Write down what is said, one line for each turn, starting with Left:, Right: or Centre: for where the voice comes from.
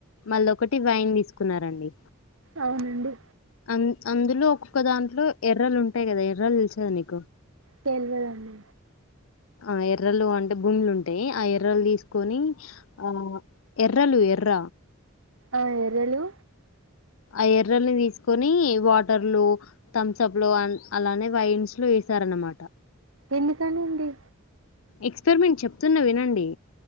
Left: మళ్ళ ఒకటి వైన్ తీసుకున్నారండి
Right: అవునండి
Left: అ అందులో ఒక్కొక్క దాంట్లో ఎర్రలు ఉంటాయి కదా ఎర్రలు తెలుసుకదా నీకు
Right: తెల్వదండి
Left: ఆ ఎర్రలు అంటే భూమిలు ఉంటాయి ఆ ఎర్రలు తీసుకొని ఆ ఎర్రలు ఎర్ర
Right: ఆ ఎర్రలు
Left: ఆ ఎర్రల్ని తీసుకొని వాటర్లు థమ్స్ అప్ లో అలానే వైన్స్ లో విసారణ మాట
Right: ఎందుకనండి
Left: ఎక్స్పరిమెంట్ చెప్తున్నా వినండి